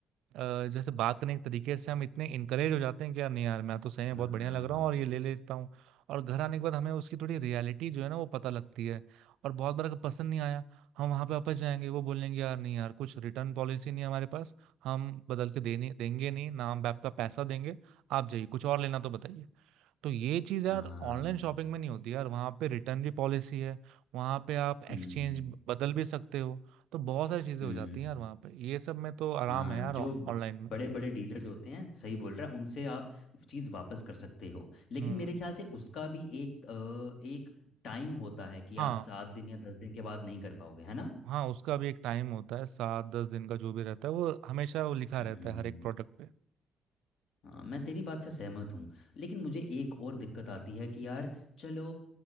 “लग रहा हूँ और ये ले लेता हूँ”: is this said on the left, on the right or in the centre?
Right